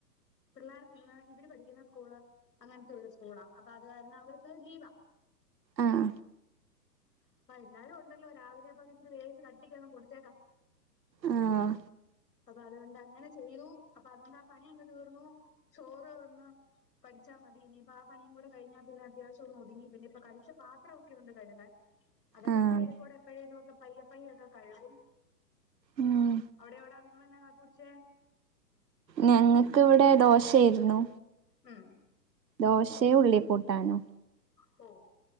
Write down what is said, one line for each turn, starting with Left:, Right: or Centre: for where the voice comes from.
Left: പിള്ളേർക്ക ഇന്ന് ഇവര് പഠിക്കുന്ന സ്കൂള് അങ്ങനത്തെ ഒരു സ്കൂളാ അപ്പൊ അത് കാരണം അവർക്ക് ലീവ
Right: ആഹ
Left: അപ്പ എല്ലാരും ഉണ്ടല്ലോ രാവിലെ അപ്പ ഇച്ചിന് വേവിച്ചു കട്ടിക്കങ് കൊടുത്തേക്കാം
Right: ആഹ
Left: അപ്പൊ അതുകൊണ്ട് അങ്ങനെ ചെയ്തു അപ്പൊ അതുകൊണ്ട് ആ പണി എങ്ങെ തീർന്നു ചോറ് വന്ന് പഠിച്ചാ മതിനിപ്പ ആ പണിയ കൂടെ കഴഞ്ഞാൽന്ന അത്യാവശ്യം ഒതുങ്ങി പിന്നെ ഇപ്പൊ കഴിച്ച പാത്രംൊക്കെ ഉണ്ട് കഴുകാൻ അതൊക്കെ
Right: ആഹ്
Left: സൈഡിൽ കൂടെ എപ്പഴേലുക്കെ പയ്യെ പയ്യ ഒക്കെ കഴുകും
Right: ഉം
Left: അവിടെ എവിടാ നിങ്ങെലെന്ന കാപ്പി കുടിച്ച
Right: ഞങ്ങൾക്കവിടെ ദോശയായിരുന്നു
Left: ഉം
Right: ദോശയു ഉള്ളിപ്പൂട്ടാണോ
Left: ഓ